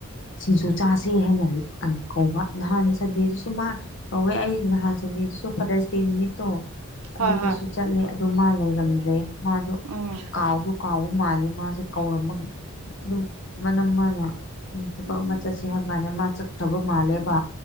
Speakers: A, on the left; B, on the right.
A: ꯁꯤꯡꯖꯨ ꯆꯥꯁꯦ ꯍꯥꯏꯅ ꯑ ꯀꯧꯕ ꯅꯍꯥꯟ ꯁꯟꯗꯦꯗꯨꯁꯨ ꯃꯥ ꯀꯧꯋꯦ ꯑꯩ ꯅꯍꯥꯟ ꯁꯟꯗꯦꯗꯨꯁꯨ ꯁꯦꯇ꯭ꯔꯁꯗꯦ ꯅꯨꯃꯤꯠꯇꯣ ꯑꯗꯨꯗꯁꯨ
B: ꯍꯣꯏ ꯍꯣꯏ ꯍꯣꯏ
A: ꯆꯠꯂꯦ ꯑꯗꯨ ꯃꯥ ꯂꯩꯔꯝꯗ꯭ꯔꯦ ꯃꯥꯗꯣ
B: ꯎꯝ
A: ꯀꯥꯎꯁꯨ ꯀꯥꯎꯕ ꯃꯥꯜꯂꯦ ꯃꯥꯁꯦ ꯀꯧꯔꯝꯃꯒ ꯑꯗꯨꯝ ꯃꯅꯝ ꯃꯥꯅ ꯊꯕꯛ ꯑꯃ ꯆꯠꯁꯦ ꯍꯥꯏꯕꯗ ꯃꯥ ꯆꯠꯈ꯭ꯔꯕ ꯃꯥꯜꯂꯦꯕ